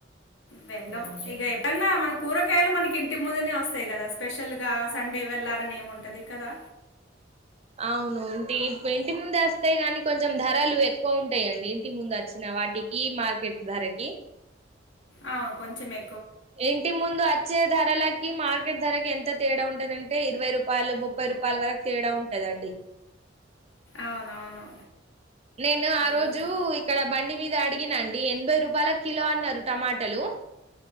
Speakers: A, on the left (about 90°); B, on the right (about 35°).
A: వెళ్లం
B: ఉహు
A: ఇక ఏంటన్న మన కూరగాయలు మనకి ఇంటి ముందునే వస్తాయి కదా స్పెషల్గా సండే వెళ్ళాలని ఏముంటుంది కదా
B: అవును ఇంటి ముందు వేస్తే కానీ కొంచెం ధరలు ఎక్కువ ఉంటాయిండి ఇంటి ముందు వ వచ్చిన వాటికి మార్కెట్ ధరకి
A: అ కొంచమే
B: ఇంటి ముందు అచ్చే ధరాలకి మార్కెట్ ధరకి ఎంత తేడా ఉంటదంటే ఇరవై రూపాయలు ముప్పై రూపాయల వరకు తేడా ఉంటదండి
A: అవునవును
B: నేను ఆ
A: మ్మ్.
B: రోజు ఇక్కడ బండి మీద అడిగిన అండి అండి ఎనబై రూపాయిలు కిలో అన్నారు టమోటలు